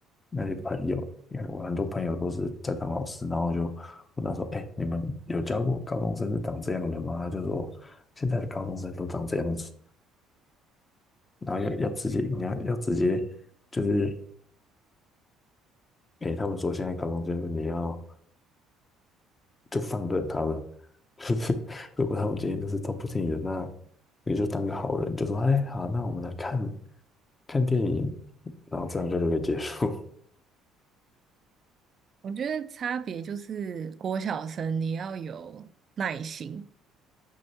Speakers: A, on the left; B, on the right.
A: 那些朋友，因为我很多朋友都是在当老师，然后我就问他说，哎，你们有教过高中生是长这样的吗？他就说，现在的高中生都长这样子，然后要要直接，你要要直接，就是，哎，他们说现在高中生你要就放任他们，<laughs> 就是如果他们今天就是都不听你的，那你就当个好人，就说，哎，好，那我们来看看电影，然后这样就就可以结束。
B: 我觉得差别就是国小生你要有耐心，